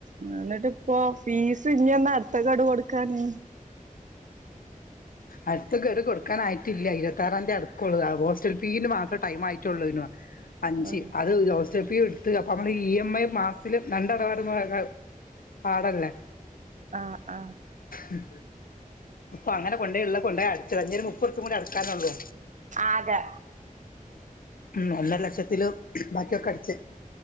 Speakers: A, on the right; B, on the left.
A: ന്നിട്ട് ഇപ്പോ ഫീസ് ഇഞ്ഞുന്നാ അടുത്ത ഘടു കൊടുക്കാന്
B: അടുത്ത ഘടു കൊട്ക്കാനായിട്ടില്ല ഇരുപത്താറാംതി അടകൊള്ളു ആ ഹോസ്റ്റൽ ഫീ മാത്രം ടൈം ആയിട്ടുള്ളെന് അഞ്ച്
A: ആഹ്
B: അത് ഹോസ്റ്റൽ ഫി ഇട്ത്ത് അപ്പൊ അത് മ്മന്ന് ഇ എം ഐ മാസില് രണ്ടടവട മുവായ്രാവും പാടല്ലേ
A: ആഹ് ആഹ്
B: ഉം അപ്പങ്ങനെ കൊണ്ടേള്ള കൊണ്ടയ് അട്ച്ചതാ ഞ്ഞിഒര് മുപ്പോർപ്പികൂടി അടക്കാനൊള്ളൂ
A: ആകെ
B: ഉം ഒന്നര ലക്ഷത്തില് ബാക്കിയൊക്കെ അടച്ച്